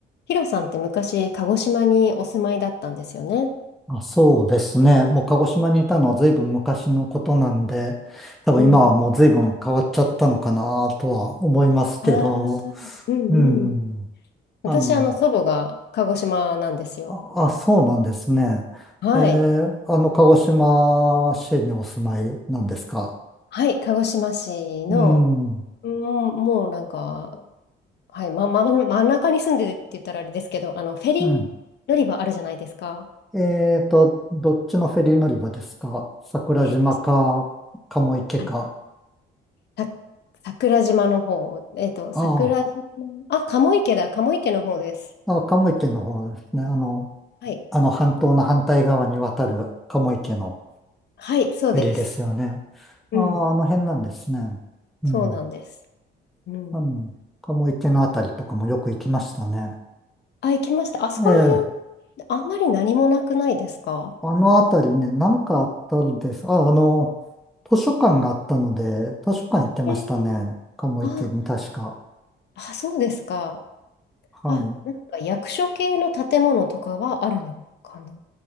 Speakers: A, on the left; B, in the centre.
A: ヒロさんって昔、鹿児島にお住まいだったんですよね。
B: あ、そうですね。もう鹿児島にいたのは随分昔のことなんで、多分今はもう随分変わっちゃったのかなとは思いますけど、
A: うんああ。うんうん
B: うん。
A: 私、
B: あの、
A: あの、祖母が鹿児島なんですよ。
B: あ、あ、そうなんですね。
A: はい。
B: えーあの、鹿児島市にお住まいなんですか。
A: はい、鹿児島市の、
B: うん。
A: もうもうなんか、はい、ま、ま、真ん中に住んでるって言ったらあれですけど、あの、フェリー乗り場あるじゃないですか。
B: うん。えーと、どっちのフェリー乗り場ですか桜島か、
A: えっと、
B: 鴨池か。
A: はい、さ、桜島の方、えっと、
B: あ
A: 桜島、あ、鴨池だ、鴨池の方です。
B: あ、あ、鴨池の方ですね。あの、
A: はい。
B: あの半島の反対側に渡る鴨池の
A: はい、そうです。
B: フェリーですよね。
A: うん
B: ああ、あの辺なんですね。うん。
A: そうなんです。うん
B: うん。鴨池のあたりとかもよく行きましたね。
A: あ、行きました。あそこら辺、
B: ええ。
A: あんまり何もなくないですか
B: あのあたりね、なんかあったんです。あ、あの、図書館があったので、図書館行ってましたね。
A: えー
B: 鴨池に確か。
A: あ、あ、そうですか。
B: はい。
A: あ、なんか役所系の建物とかはあるのかな